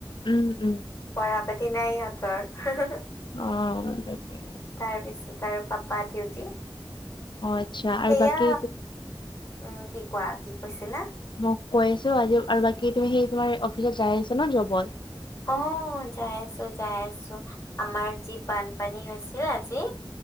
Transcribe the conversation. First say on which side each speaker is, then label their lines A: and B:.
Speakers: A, on the left; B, on the left.
A: উম উম
B: পঢ়া-পাতি নাই ইহঁতৰ।
A: অ', নাথাকে।
B: তাৰ পিছত তাৰ পাপা ডিউটি।
A: অ আচ্ছা আৰু
B: সেয়া,
A: বাকী
B: উম--কি কোৱা? কি কৈছিলা?
A: মোক কৈ আছোঁ আজি আৰু। বাকী তুমি সেই তোমাৰ অফিচত যাই আছা ন, জবত?
B: আহ, যাই আছোঁ, যাই আছোঁ, আমাৰ যি বানপানী হৈছিল আজি।